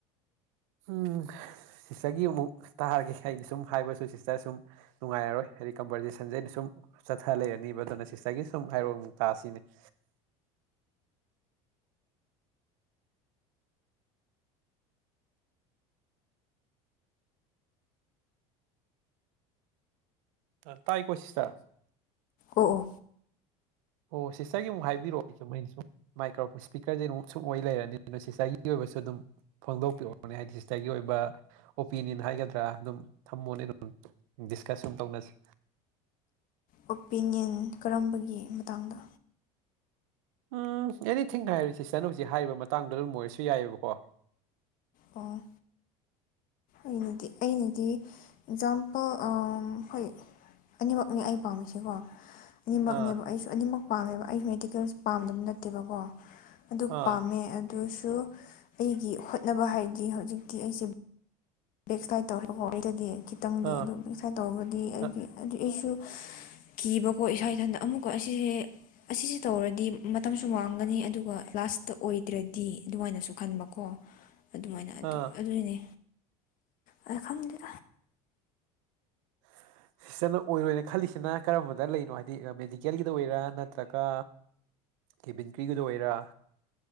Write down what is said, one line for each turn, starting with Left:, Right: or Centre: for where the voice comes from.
Right: ꯎꯝ ꯁꯤꯁꯇꯔꯒꯤ ꯑꯃꯨꯛ ꯇꯥꯔꯒꯦ ꯑꯩꯅ ꯁꯨꯝ ꯍꯥꯏꯕꯁꯨ ꯁꯤꯁꯇꯔ ꯁꯨꯝ ꯅꯨꯡꯉꯥꯏꯔꯣꯏ ꯍꯥꯏꯗꯤ ꯀꯝꯄꯣꯇꯁꯟꯁꯦ ꯑꯩꯅ ꯁꯨꯝ ꯆꯠꯊ ꯂꯩꯔꯅꯤꯕ ꯑꯗꯨꯅ ꯁꯤꯁꯇꯔꯒꯤ ꯁꯨꯝ ꯍꯥꯏꯔꯣ ꯇꯥꯁꯤꯅꯦ <inaudible> ꯑ ꯇꯥꯏ ꯀꯁꯤꯁ ꯇꯔ
Left: ꯑꯣꯑꯣ
Right: ꯑꯣ ꯁꯤꯁꯇꯔꯒꯤ ꯑꯃꯨꯛ ꯍꯥꯏꯕꯤꯔꯛꯑꯣ ꯑꯩꯁꯨ ꯃꯩꯅ ꯁꯨꯝ ꯃꯥꯏꯀ꯭ꯔꯣꯐꯣꯟ ꯏꯁꯄꯤꯀꯔꯁꯩ ꯑꯃꯨꯛ ꯁꯨꯝ ꯑꯣꯏ ꯂꯩꯔꯅꯤ ꯑꯗꯨꯅ ꯁꯤꯁꯇꯔꯒꯤ ꯑꯣꯏ ꯋꯁ ꯑꯗꯨꯝ ꯐꯣꯡꯗꯣꯛꯄꯤꯔꯛꯑꯣꯅꯦ ꯍꯥꯏꯗꯤ ꯁꯤꯇꯔꯒꯤ ꯑꯣꯏꯕ ꯑꯣꯄꯤꯅꯤꯌꯟ ꯍꯥꯏꯒꯗ꯭ꯔꯥ ꯑꯗꯨꯝ ꯊꯝꯃꯣꯅꯦ ꯑꯗꯨꯝ ꯗꯤꯁꯀꯁ ꯑꯗꯨꯨꯝ ꯇꯧꯅꯁꯤ
Left: ꯑꯣꯄꯤꯅꯤꯌꯟ ꯀꯔꯝꯕꯒꯤ ꯃꯇꯥꯡꯗ
Right: ꯎꯝ ꯑꯦꯅꯤꯊꯤꯡ ꯍꯥꯏꯔꯤ ꯁꯤꯁꯇꯔꯅ ꯍꯧꯖꯤꯛ ꯍꯥꯏꯔꯤꯕ ꯃꯇꯥꯡꯗꯨ ꯑꯗꯨꯝ ꯑꯣꯏꯔꯁꯨ ꯌꯥꯏꯑꯕꯀꯣ
Left: ꯑꯣ ꯑꯩꯅꯗꯤ ꯑꯩꯅꯗꯤ ꯑꯦꯛꯖꯥꯝꯄꯜ ꯍꯣꯏ ꯑꯅꯤꯃꯛꯅꯤ ꯑꯩ ꯄꯥꯝꯃꯤꯁꯤꯀꯣ ꯑꯅꯤꯃꯛꯅꯦꯕ
Right: ꯑꯥ
Left: ꯑꯩꯁꯨ ꯑꯅꯤꯃꯛ ꯄꯥꯝꯃꯦꯕ ꯑꯩꯁꯨ ꯃꯦꯗꯤꯀꯦꯜꯁꯨ ꯄꯥꯝꯗꯕ ꯅꯠꯇꯦꯕꯀꯣ ꯑꯗꯨ
Right: ꯑꯥ
Left: ꯄꯥꯝꯃꯦ ꯑꯗꯨꯁꯨ ꯑꯩꯒꯤ ꯍꯣꯠ ꯈꯠꯅꯕ ꯍꯥꯏꯗꯤ ꯍꯧꯖꯤꯛꯇꯤ ꯑꯩꯁꯦ ꯕꯦꯛꯁ꯭ꯂꯥꯏꯠ ꯇꯧꯔꯒꯗꯤ ꯈꯤꯇꯪꯅꯤ
Right: ꯑꯥ
Left: ꯑꯗꯨ ꯏꯁꯥ ꯇꯧꯔꯒꯗꯤ ꯑꯩꯒꯤ
Right: ꯑꯥ
Left: ꯑꯗꯨ ꯑꯩꯁꯨ
Right: <inaudible>
Left: ꯀꯤꯕꯀꯣ ꯏꯁꯥ ꯏꯊꯟꯇ ꯑꯃꯨꯛꯀ ꯑꯁꯤꯁꯦ ꯑꯁꯤꯁꯤ ꯇꯧꯔꯗꯤ ꯃꯇꯝꯁꯨ ꯃꯥꯡꯒꯅꯤ ꯑꯗꯨꯒ ꯂꯥꯁꯇ ꯑꯣꯏꯗ꯭ꯔꯗꯤ ꯑꯗꯨꯃꯥꯏꯅꯁꯨ ꯈꯟꯕꯀꯣ ꯀꯣ ꯑꯗꯨꯃꯥꯏꯅ ꯑꯗꯨ
Right: ꯑꯥ
Left: ꯑꯗꯨꯒꯤꯅꯦ ꯔ ꯈꯪꯗ
Right: <inaudible> <inaudible> ꯁꯤꯅ ꯑꯣꯏꯔꯣꯏꯅ ꯈꯜꯂꯤꯁꯤꯅ ꯀꯔꯝꯕꯗ ꯂꯩꯔꯤꯅꯣ ꯍꯥꯏꯕꯗꯤ ꯃꯦꯗꯤꯀꯦꯜꯒꯤꯗ ꯑꯣꯏꯔꯥ ꯅꯠꯇ꯭ꯔꯒ ꯀꯦꯕꯤꯟ ꯀ꯭ꯔꯤꯒꯤꯗ ꯑꯣꯏꯔ